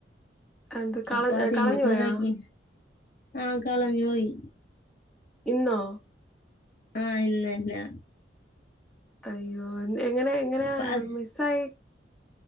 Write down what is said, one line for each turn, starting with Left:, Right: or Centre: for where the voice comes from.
Centre: എന്ത് കള
Left: അപ്പൊ അതിന്റെ
Centre: കളഞ്ഞു
Left: പിറകെ
Centre: പോയോ
Left: ആഹ് കളഞ്ഞുപോയി.
Centre: ഇന്നോ?
Left: ആഹ് ഇന്ന് തന്നെ.
Centre: അയ്യോ, എങ്ങനെ എങ്ങനെ
Left: പ-
Centre: മിസ്സ്‌ ആയി.